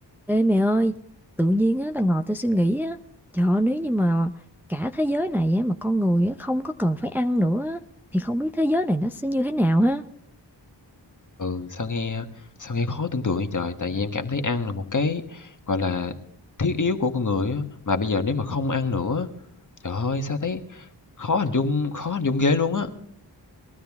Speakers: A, in the centre; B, on the left (about 45°).
A: Ê mẹ ơi, tự nhiên á, tao ngồi tao suy nghĩ á, trời ơi, nếu như mà cả thế giới này á, mà con người á, không có cần phải ăn nữa á, thì không biết thế giới này nó sẽ như thế nào ha?
B: Ừ, sao nghe sao nghe khó tưởng tượng vậy trời? Tại vì em cảm thấy ăn là một cái, gọi là, thiết yếu của con người á, mà bây giờ nếu mà không ăn nữa, trời ơi, sao thấy khó hình dung khó hình dung ghê luôn á.